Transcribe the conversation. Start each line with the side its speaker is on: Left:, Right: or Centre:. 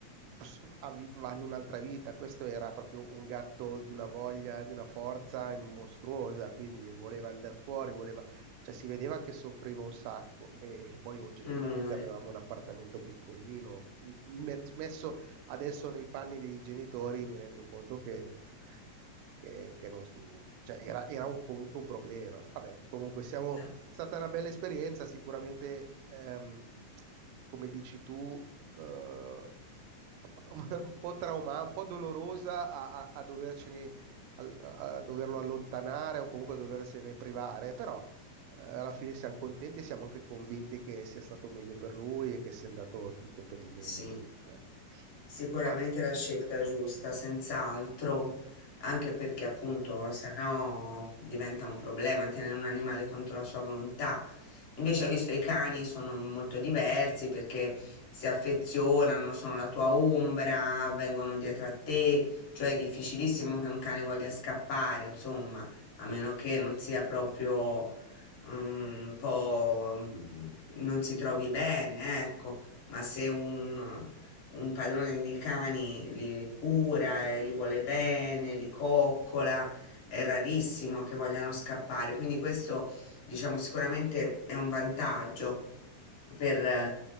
Right: s- avvi- hanno un'altra vita. Questo era proprio un gatto di una voglia, di una forza mostruosa, quindi voleva andare fuori, voleva... Cioè, si vedeva che soffriva un sacco e poi oggettivamente
Left: amore.
Right: avevamo un appartamento piccolino. M- me- Messo adesso nei panni dei genitori mi rendo conto che che, che non, cioè era, era un- comunque un problema. Vabbè, comunque siamo,
Left: eh.
Right: è stata una bella esperienza, sicuramente, ehm, come dici tu, eh, ab- <laughs> un po' trauma, un po' dolorosa a, a- a dovercene, al- a, doverlo allontanare o comunque a doversene privare, però eh, alla fine siamo contenti e siamo anche convinti che sia stato meglio per lui e che sia andato tutto per il meglio.
Left: Sì,
Right: eh.
Left: sicuramente
Right: Vabbè,
Left: la scelta giusta, senz'altro, anche perché appunto sennò diventa un problema tenere un animale contro la sua volontà. Invece, visto i cani sono molto diversi perché si affezionano, sono la tua ombra, vengono dietro a te, cioè è difficilissimo che un cane voglia scappare, insomma, a meno che non sia proprio mm, un po' mm, non si trovi bene, ecco ma se un, un padrone di cani li cura, e gli vuole bene, li coccola, è rarissimo che vogliano scappare. Quindi questo, diciamo, sicuramente è un vantaggio per, eh,